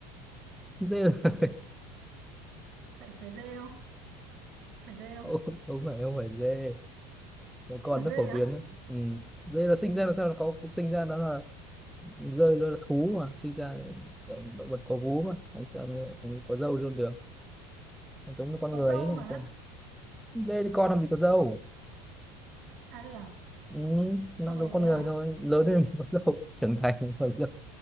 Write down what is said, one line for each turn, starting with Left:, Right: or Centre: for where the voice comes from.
Centre: dê là- <laughs>
Right: phải phải dê không phải dê không
Centre: không không phải không phải dê một
Right: không
Centre: con
Right: phải dê
Centre: rất phổ
Right: á
Centre: biến đấy ừ. dê là sinh ra là sao nó có sinh ra nó là rơi nó là thú mà sinh ra là động, động vật có vú mà làm sao mà có râu luôn được nó giống như con
Right: có
Centre: người
Right: dâu
Centre: ấy làm
Right: mà
Centre: sao đây thì con làm gì có râu
Right: à đây à
Centre: ừ, nó
Right: Ồ
Centre: giống con
Right: thế
Centre: người
Right: à?
Centre: thôi lớn lên <laughs> mới có râu trưởng thành có râu